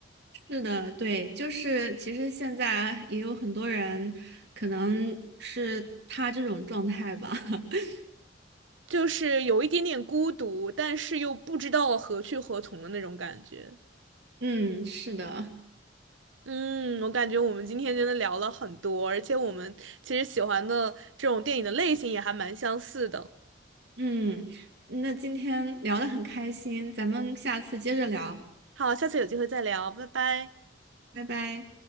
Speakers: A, on the right; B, on the right.
A: 是的，对，就是其实现在也有很多人，可能是他这种状态吧。<laughs>
B: 就是有一点点孤独，但是又不知道何去何从的那种感觉。
A: 嗯，是的，
B: 嗯，我感觉我们今天真的聊了很多，而且我们其实喜欢的这种电影的类型也还蛮相似的。
A: 嗯，那今天聊得很开心，咱们下次接着聊，
B: 好，下次有机会再聊，拜拜。
A: 拜拜。